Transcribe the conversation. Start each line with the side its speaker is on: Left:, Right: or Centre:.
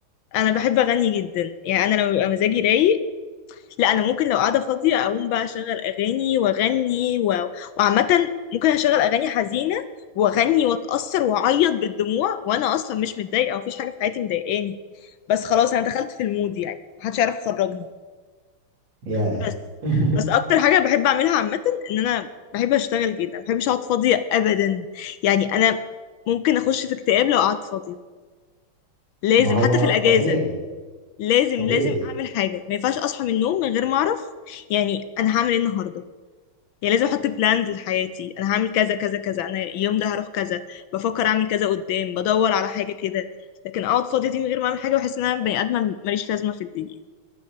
Left: انا بحب اغني جدا يعني انا لما بيبقى مزاجي رايق لا انا ممكن لو قاعده فاضيه اقوم بقى اشغل اغاني واغني و... وعامه ممكن اشغل اغاني حزينه واغني واتاثر واعيط بالدموع وانا اصلا مش متضايقه ومفيش حاجه في حياتي مضايقاني بس خلاص انا دخلت في المود يعني محدش يعرف يخرجني
Right: ياه
Left: بس
Right: <laughs>
Left: بس اكتر حاجه بحب اعملها عامه ان انا بحب اشتغل جدا ما بحبش اقعد فاضيه ابدا يعني انا ممكن اخش في اكتئاب لو قعدت فاضيه لازم
Right: ما هو
Left: حتى في الاجازه
Right: طبيعي
Left: لازم
Right: طبيعي
Left: لازم اعمل حاجه ما ينفعش اصحى من النوم من غير ما اعرف يعني انا هعمل ايه النهارده يعني لازم احط بلانز لحياتي انا هعمل كذا كذا كذا انا اليوم ده هروح كذا بفكر اعمل كذا قدام بدور على حاجه كده لكن اقعد فاضيه دي من غير ما اعمل حاجه بحس ان انا بني ادمه ماليش لازمه في الدنيا